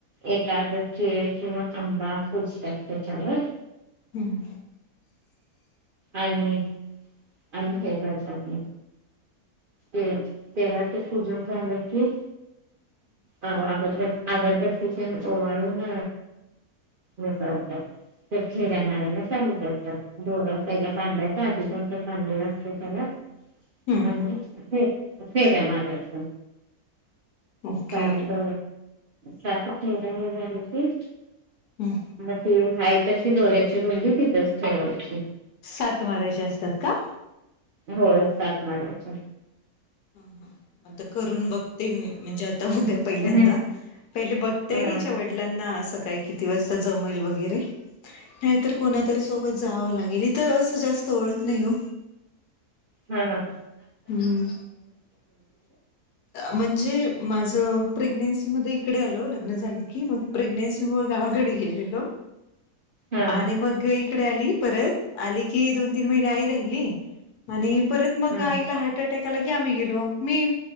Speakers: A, on the right; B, on the left.
A: एखाद केळ किंवा आंबा पुजतात त्याच्यावर.
B: हम्म.
A: आणि आणि हे करतात ते तेला ते पूजन झालं कि अवं अगरबत् अगरबत्ती ते ओवाळू न हे करतात. ते फेऱ्या मारायला चालू करतात. दोरा पहिला बांडायच, आधी कोण तर बांधलेला असतं, त्याला
B: हम्म
A: आणि फे फेऱ्या मारायच्या.
B: ओके
A: सात. सात फेऱ्या हे झालं की,
B: हम्म
A: म ते हाय तशी दोऱ्याची गुंडी तिथच ठेवायची.
B: सात मारायचे असतात का?
A: होय सात मारायच्या.
B: ह हं आता करून बघते मी म्हणजे आ उद्या पहिल्यांदा.
A: अहं
B: पहिले बघते
A: हा
B: हि च्या वडलांना असं काही किती वाजता जमेल वगैरे? जावं लागेल, इथं असं जास्त ओळख नाही हो.
A: हं हं.
B: हम्म, म्हणजे माझं प्रेग्नेन्सी मध्ये इकडे आलो लग्न झालं की, मग प्रेग्नेन्सी मुळे गावाकडे गेलेलो,
A: हा
B: आणि मग इकडे आली, परत आली की दोन तीन महिने आई राहिली. आणि परत मग
A: हा
B: आईला हार्ट अटॅक लगे आम्ही गेलो. मी